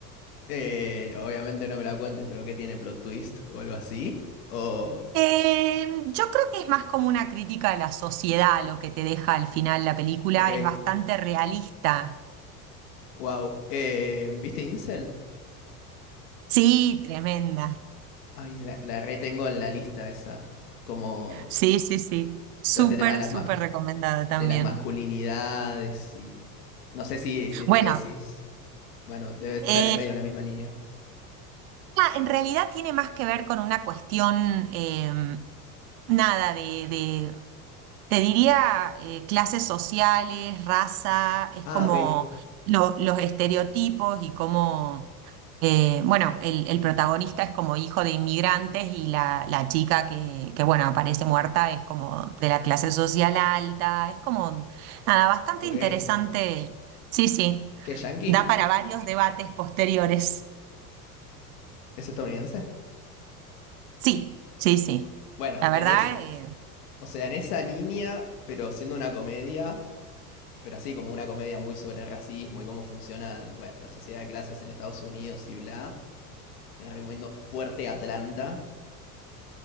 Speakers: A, on the left (about 75°); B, on the right (about 65°).
A: Eh, obviamente no me la cuentes, pero ¿qué tiene plot twist o algo así? O,
B: Eh, yo creo que es más como una crítica a la sociedad lo que te deja al final la película,
A: ok,
B: es bastante realista.
A: wow. Eh, ¿viste Incel?
B: Sí, tremenda.
A: Ay, la, la retengo en la lista esa, como
B: Sí, sí, sí. Súper,
A: todo este tema de las,
B: súper
A: mas-
B: recomendada también.
A: de las masculinidades y no sé si, si esta
B: Bueno,
A: que decís, bueno, debe estar
B: eh,
A: en medio de la misma línea.
B: Ah, en realidad tiene más que ver con una cuestión, eh, Nada de, de- te diría eh, clases sociales, raza, es
A: Ah,
B: como
A: ok,
B: lo- los estereotipos y cómo, eh, bueno, el, el protagonista es como hijo de inmigrantes y la, la chica que, que, bueno, aparece muerta es como de la clase social alta, es como, nada, bastante
A: ok.
B: interesante, sí, sí,
A: ¿Qué, yankee?
B: da para varios debates posteriores,
A: ¿Es estadounidense?
B: sí, sí, sí,
A: Bueno,
B: la verdad,
A: en es.
B: eh,
A: O sea, en esa línea, pero siendo una comedia, pero así como una comedia muy sobre el racismo y cómo funciona, bueno, la sociedad de clases en Estados Unidos y bla, te la recomiendo fuerte Atlanta.